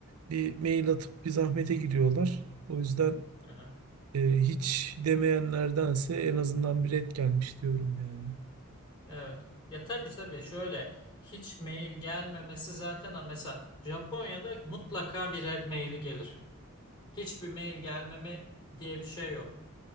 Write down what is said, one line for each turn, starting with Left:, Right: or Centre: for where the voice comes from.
Right: bir mail atıp bir zahmete giriyorlar. O yüzden
Left: Aha.
Right: e, hiç demeyenlerdense en azından bir ret gelmiş diyorum yani.
Left: Evet. Ya tabii tabii şöyle hiç mail gelmemesi zaten ha, mesela Japonya'da mutlaka bir red maili gelir. Hiçbir mail gelmeme diye bir şey yok.